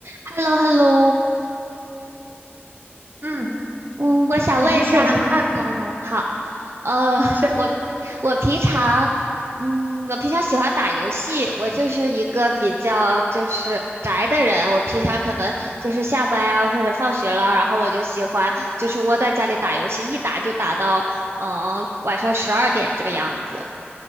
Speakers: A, on the right (about 70°); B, on the right (about 45°).
A: h e l l o h e l l o
B: 嗯，
A: 嗯，我想问一下，
B: 你平时有什么爱好吗？
A: 嗯，好，呃，
B: 没事儿，
A: 我我平常，嗯，我平常喜欢打游戏，我就是一个比较就是宅的人，我平常可能就是下班呀、或者放学了，然后我就喜欢就是窝在家里打游戏，一打就打到嗯、呃晚上十二点这个样子。